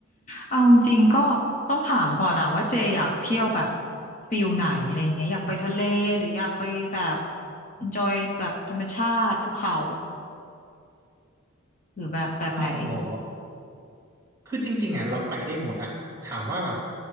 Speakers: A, on the left (about 40°); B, on the right (about 15°).
A: เอาจริงๆก็ต้องถามก่อนนะว่าเจอยากเที่ยวแบบฟิลไหนอะไรอย่างเงี้ยอยากไปทะเลหรืออยากไปแบบ enjoy แบบธรรมชาติภูเขาหรือแบบแบบไหน
B: เราเหรอ คือจริงๆอ่ะเราไปได้หมดอ่ะถามว่าแบบ